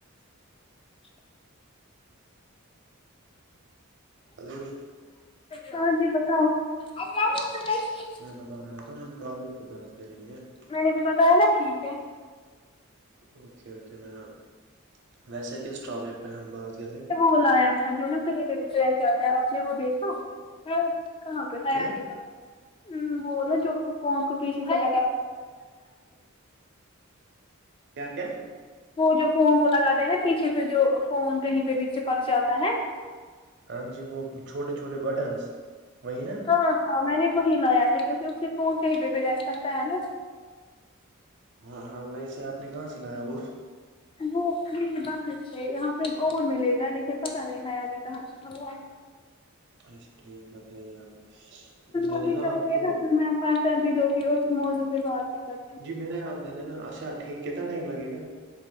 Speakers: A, on the left; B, on the right.
A: <inaudible>
B: ہلو
A: ہاں جی بتاؤ <inaudible>
B: میں بتا رہا تھا ہم ٹاپک پہ پاس کریں گے <inaudible>
A: میں نے بھی پتا ہے نا ٹھیک ہے
B: اوکے اوکے م نا ویسے کس ٹاپک پہ ہم بات کریں
A: بلایا تھا جو نہا کہیں پہ گ کیا تھا آپ نے وہ دیکھا <inaudible> کہاں پہ ہےگے
B: کیا
A: کا <inaudible> وہ نا چ پ کو پیچھے چ <inaudible>
B: کیا کیا
A: وہ جو فون کو لگاتے ہیں نا پیچھے سے جو فون کہیں پہ بییچے پک جاتا ہے
B: ہاں جی وہ چھوٹے چھوٹے بٹنس وہی نا
A: ہاں ہاں میں نے وہی لایا تھا کیوںکہ اسے کو کہیں پہ بھیہ ج سکتا ہے نا
B: ہاں ہاں ویسے آپ نے کہاں سے لایا وہ
A: وہ نہیں باہر سے یہاں پہ اورور ملے گا لیکن پت نہیں حیاانی کہ تھا وہپ <inaudible>
B: اچھا ٹھیک ہے بتائیے آپ <inaudible>
A: اب بھی چاہیے
B: آپ کو
A: نا پھر میں پر کرر بھی دتی اور موزوں پ بعات بھی کرتی <inaudible>
B: جی میں نے میں نے نا اچھا ٹھیک کتنا ٹائم لگے گا